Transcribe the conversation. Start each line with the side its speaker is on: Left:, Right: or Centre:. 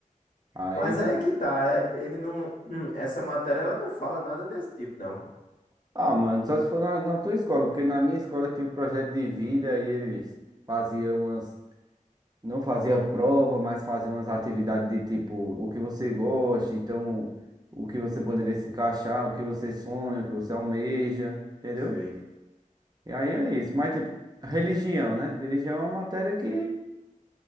Right: Aí,
Left: Mas aí é que tá. é- Ele não. hum, Essa matéria, ela não fala nada desse tipo, não.
Right: ah, mano, só se for na, na tua escola, porque na minha escola tinha um projeto de vida e eles faziam umas Não fazia prova, mas fazia umas atividades de tipo o que você gosta, então o que você poderia se encaixar, o que você sonha, o que você almeja, entendeu?
Left: Sei.
Right: E aí é isso. Mas tipo, religião, né? Religião é uma matéria que,